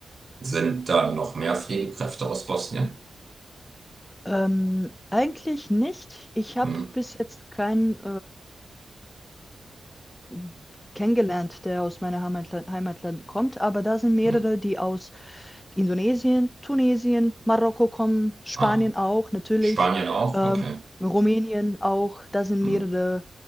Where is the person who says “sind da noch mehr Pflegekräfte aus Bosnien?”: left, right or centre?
Right